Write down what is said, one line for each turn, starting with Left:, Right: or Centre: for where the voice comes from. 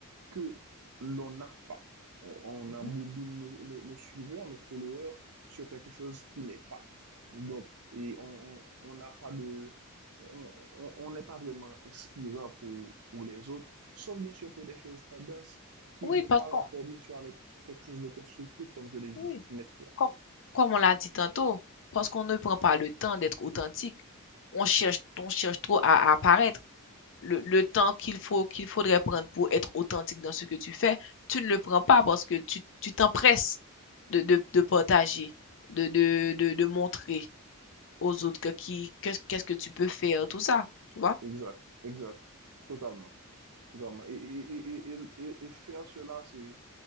Right: que l'on n'a pas. On, on
Left: mhm.
Right: embobine nos, nos- nos suiveurs, nos followers sur quelque chose qui n'est pas. Donc, et on on- n'a pas de... On on- on n'est pas vraiment inspirant pour, pour les autres, sauf bien sûr pour des choses tendances qui
Left: Oui,
Right: n'ont
Left: parce
Right: pas
Left: qu'on,
Right: rapport, bien sûr, avec quelque chose de constructif, comme je l'ai dit
Left: oui,
Right: maintes fois.
Left: comme, comme on l'a dit tantôt, parce qu'on ne prend pas le temps d'être authentique, on cherche, on cherche trop à à apparaître. le, le temps qu'il faut, qu'il faudrait prendre pour être authentique dans ce que tu fais, tu ne le prends pas parce que tu, tu t'empresses de, de, de partager, de, de, de, de montrer aux autres que, qui, que- qu'est-ce que tu peux faire, tout ça, tu vois?
Right: Exact, exact, totalement, totalement. Et, et, et, et, et et faire cela, c'est